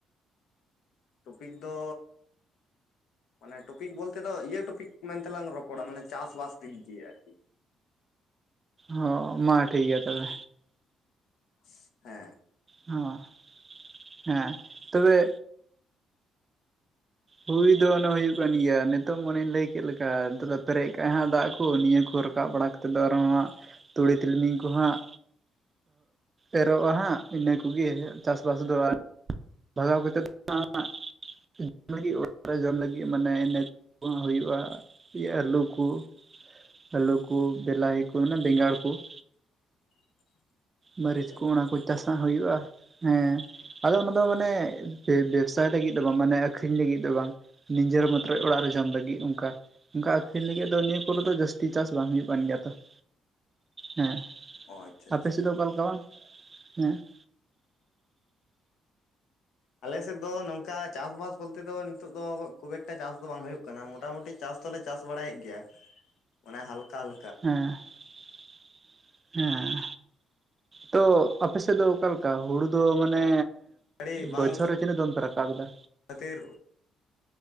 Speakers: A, on the left; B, on the right.
A: ᱴᱚᱯᱤᱠ ᱫᱚ ᱢᱟᱱᱮ ᱴᱚᱯᱤᱠ ᱵᱚᱞᱛᱮ ᱫᱚ ᱤᱭᱟᱹ ᱴᱚᱯᱤᱠ ᱢᱮᱱ ᱛᱮᱞᱟᱝ ᱨᱚᱯᱚᱲᱟ ᱢᱟᱱᱮ ᱪᱟᱥ ᱵᱟᱥ ᱫᱤᱠ ᱫᱤᱭᱮ ᱟᱨᱠᱤ ᱾
B: ᱦᱚᱸ ᱢᱟ ᱴᱷᱤᱠ ᱜᱮᱭᱟ ᱛᱚᱵᱮ
A: ᱦᱮᱸ ᱾
B: ᱦᱚᱸ ᱦᱮᱸ ᱛᱚᱵᱮ
A: ᱵᱟᱝ
B: ᱦᱩᱭ ᱫᱚ ᱚᱱᱮ ᱦᱩᱭᱩᱜ ᱠᱟᱱ ᱜᱮᱭᱟ᱾ ᱱᱤᱛᱚᱜ ᱢᱚᱱᱮᱧ ᱞᱟᱹᱭ ᱠᱮᱫ ᱞᱮᱠᱟ, ᱱᱤᱛᱚᱜ ᱫᱚ ᱯᱮᱨᱮᱡ ᱠᱟᱱᱟ ᱦᱟᱜ ᱫᱟᱜ ᱠᱚ ᱱᱤᱭᱟᱹ ᱠᱚ ᱨᱟᱠᱟᱵ ᱵᱟᱲᱟ ᱠᱟ ᱛᱮᱫ ᱫᱚ ᱟᱨ ᱦᱚᱸ ᱦᱟᱸᱜ ᱛᱩᱲᱤ ᱛᱤᱞᱢᱤᱧ ᱠᱚ ᱦᱟᱸᱜ ᱮᱨᱚᱜᱼᱟ ᱦᱟᱸᱜ ᱤᱱᱟᱹ ᱠᱚᱜᱮ ᱪᱟᱥ ᱵᱟᱥ ᱫᱚ ᱵᱷᱟᱜᱟᱣ ᱠᱟᱛᱮᱫ ᱦᱟᱸᱜ <inaudible> ᱚᱲᱟᱜ ᱨᱮ ᱡᱚᱢ ᱞᱟᱹᱜᱤᱫ ᱢᱟᱱᱮ ᱤᱱᱟ ᱦᱩᱭᱩᱜᱼᱟ ᱤᱭᱟᱹ ᱟᱞᱩ ᱠᱚ ᱟᱞᱩ ᱠᱚ ᱵᱮᱞᱟᱦᱤ ᱠᱚ ᱚᱱᱟ ᱵᱮᱸᱜᱟᱲ ᱠᱚ ᱾
A: <inaudible>
B: ᱢᱟᱹᱨᱤᱪ
A: ᱚ ᱟᱪᱪᱷᱟ
B: ᱠᱚ
A: ᱟᱪᱪᱷᱟ
B: ᱚᱱᱟ ᱠᱚ ᱪᱟᱥᱟᱜ ᱦᱩᱭᱩᱜᱼᱟ ᱦᱮᱸ ᱾ ᱟᱫᱚ ᱟᱱᱟ ᱫᱚ ᱢᱟᱱᱮ ᱵᱮᱵᱥᱟᱭ ᱞᱟᱹᱜᱤᱫ ᱫᱚ ᱵᱟᱝ, ᱢᱟᱱᱮ ᱟᱹᱠᱷᱨᱤᱧ ᱞᱟᱹᱜᱤᱫ ᱫᱚ ᱵᱟᱝ ᱾ ᱱᱤᱡᱮᱨ ᱢᱚᱭᱚᱢ ᱚᱲᱟᱜ ᱨᱮ ᱡᱚᱢ ᱞᱟᱹᱜᱤᱫ ᱚᱱᱠᱟ ᱾ ᱚᱱᱠᱟ ᱟᱹᱠᱷᱨᱤᱧ ᱞᱟᱹᱜᱤᱫ ᱫᱚ ᱱᱤᱭᱟᱹ ᱠᱚᱨᱮ ᱫᱚ ᱡᱟᱹᱥᱛᱤ ᱪᱟᱥ ᱵᱟᱝ ᱦᱩᱭᱩᱜ ᱠᱟᱱ ᱜᱮᱭᱟ ᱛᱚ ᱾ ᱦᱮᱸ ᱾
A: ᱚ ᱟᱪᱪᱷᱟ ᱟᱪᱪᱷᱟ
B: ᱟᱯᱮ ᱥᱮᱫ ᱫᱚ ᱚᱠᱟ ᱞᱮᱠᱟ ᱵᱟᱝ ᱦᱮᱸ ᱾
A: ᱟᱞᱮ ᱥᱮᱫ ᱫᱚ ᱱᱚᱝᱠᱟ ᱪᱟᱥᱵᱟᱥ ᱵᱚᱞᱛᱮ ᱫᱚ ᱱᱤᱛᱚᱜ ᱫᱚ ᱠᱷᱩᱵ ᱮᱠᱴᱟ ᱪᱟᱥ ᱫᱚ ᱵᱟᱝ ᱦᱩᱭᱩᱜ ᱠᱟᱱᱟ᱾ ᱢᱚᱴᱟᱢᱩᱴᱤ ᱪᱟᱥ ᱫᱚ ᱞᱮ ᱪᱟᱥ ᱵᱟᱲᱟᱭᱮᱫ ᱜᱮᱭᱟ᱾ ᱢᱟᱱᱮ ᱦᱟᱞᱠᱟ ᱦᱟᱞ
B: ᱦᱮᱸ ᱾ ᱦᱮᱸ ᱛᱚ ᱟᱯᱮ ᱥᱮᱫ ᱫᱚ ᱚᱠᱟ ᱞᱮᱠᱟ ᱦᱩᱲᱩ ᱫᱚ ᱢᱟᱱᱮ
A: ᱟᱹᱰᱤ ᱵᱟᱝ
B: ᱵᱚᱪᱷᱚᱨ ᱨᱮ ᱛᱤᱱᱟᱹᱜ ᱫᱚᱢ ᱯᱮ ᱨᱟᱠᱟᱵ ᱮᱫᱟ?
A: ᱠᱷᱟᱹᱛᱤᱨ